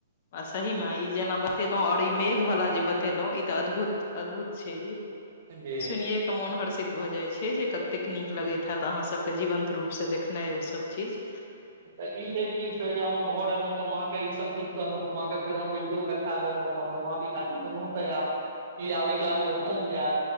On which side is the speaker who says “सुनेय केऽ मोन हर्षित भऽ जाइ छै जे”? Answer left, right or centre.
Left